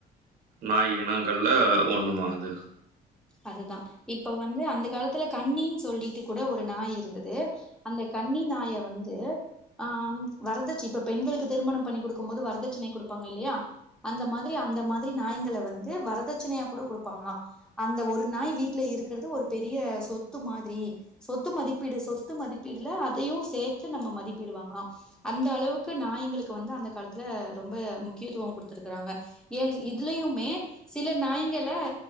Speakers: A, on the right (about 60°); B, in the centre.
A: நாய் இனங்கள்ல ஒண்ணுமா அது
B: அதுதா இப்ப வந்து அந்த காலத்துல கன்னின் சொல்லிட்டு கூட ஒரு நாய் இருந்தது அந்த கன்னி நாய வந்து ஆம் வரதட்சி இப்ப பெண்களுக்கு திருமணம் பண்ணி குடுக்கம் போது வரதட்சணை குடுப்பாங்க இல்லையா அந்த மாதிரி அந்த மாதிரி நாய்ங்கள வந்து வரதட்சணையா கூட குடுப்பாங்களா அந்த ஒரு நாய் வீட்ல இருக்கறது ஒரு பெரிய சொத்து மாதிரி சொத்து மதிப்பீடு சொத்து மதிப்பீடுல அதையு சேத்து நம்ம மதிப்பீடுவாங்களா அந்த அளவுக்கு நாய்ங்களுக்கு வந்து அந்த காலத்துல ரொம்ப முக்கியத்துவம் குடுத்துருக்கறாங்க ஏ இதுலயுமே சில நாய்ங்கள